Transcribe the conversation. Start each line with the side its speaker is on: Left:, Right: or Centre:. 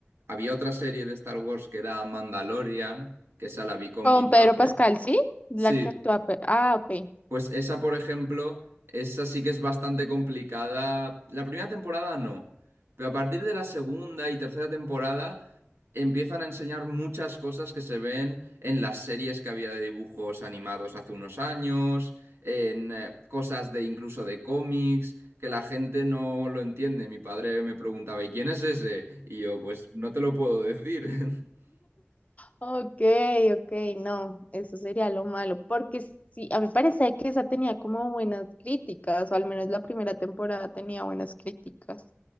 Right: había otra serie de Star Wars que era Mandalorian, que esa la vi con
Left: Con
Right: mi padre.
Left: Pedro Pascal, ¿sí? La
Right: Sí,
Left: que actúa. Pe- Ah, ok.
Right: pues esa, por ejemplo, esa sí que es bastante complicada. La primera temporada no, pero a partir de la segunda y tercera temporada empiezan a enseñar muchas cosas que se ven en las series que había de dibujos animados hace unos años, en eh, cosas de incluso de cómics, que la gente no lo entiende. Mi padre me preguntaba, ¿y quién es ese? Y yo, pues no te lo puedo decir. <laughs>
Left: Ok, ok, no, eso sería lo malo, porque sí, a mí parece que esa tenía como buenas críticas, o al menos la primera temporada tenía buenas críticas.